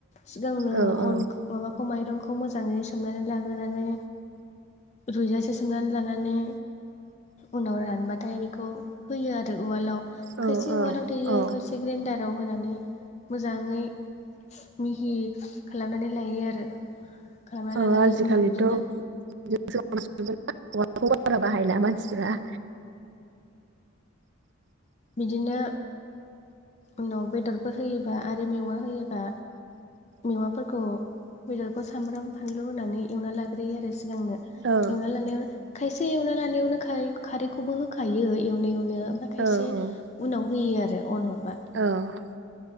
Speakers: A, on the left; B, on the right.
A: सिगांनो
B: औ औ
A: अन माबाखौ माइरंखौ मोजाङै सोमनानै लाग्रोनानै रुजासे सोमनानै लानानै उनाव रानबाथाय बेखौ होयो आरो उवालाव
B: औ
A: खायसे उवालाव देयो
B: औ
A: खायसे ग्रेन्डाराव होनानै मोजाङै मिहि खालामनानै लायो आरो खालामना
B: औ
A: लानानै
B: आजिखालिथ'
A: उनाव बिदिनो
B: <unintelligible> बाहायला मानसिफ्रा
A: बिदिनो उनाव बेदरफोर होयोबा आरो मेवा होयोबा मेवाफोरखौ बेदरखौ सामब्राम फानलु होनानै एवना लाग्रोयो आरो सिगांनो एवना
B: औ
A: लानायावनो खायसे एवना लानायावनो खै खारैखौबो होखायो एवनायावनो ओमफ्राय खायसे
B: औ औ
A: उनाव होयो आरो अन हरबा
B: औ